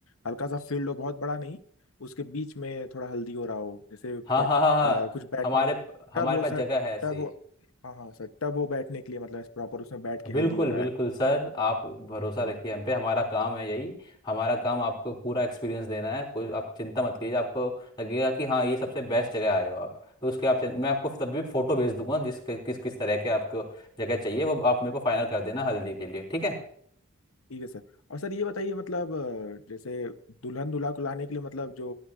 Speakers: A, on the left; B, on the left.
A: हल्का सा फील्ड हो बहुत बड़ा नहीं उसके बीच में थोड़ा हल्दी हो रहा हो जैसे
B: हाँ
A: थोड़ा
B: हाँ हाँ हाँ
A: अ, कुछ बैठने
B: हमारे हमारे
A: टब हो
B: पास
A: सर
B: जगह है ऐसी
A: टब हो हाँ हाँ सर टब हो बैठने के लिए मतलब प्रॉपर उसमें बैठ के
B: बिल्कुल
A: हल्दी हो रहा
B: बिल्कुल
A: है
B: सर आप भरोसा
A: हाँ
B: रखिए हम पे हमारा काम है यही हमारा काम आपको पूरा एक्सपीरियंस देना है कोई आप चिंता मत कीजिए आपको लगेगा कि हाँ ये सबसे बेस्ट जगह आए हो आप तो उसके आप मैं आपको तब भी फोटो भेज दूंगा जिस किस किस तरह के आपको जगह चाहिए वो आप मेरे को फाइनल कर देना हल्दी के लिए ठीक है
A: ठीक है सर और सर ये बताइए मतलब अ, जैसे दुल्हन दूल्हा को लाने के लिए मतलब जो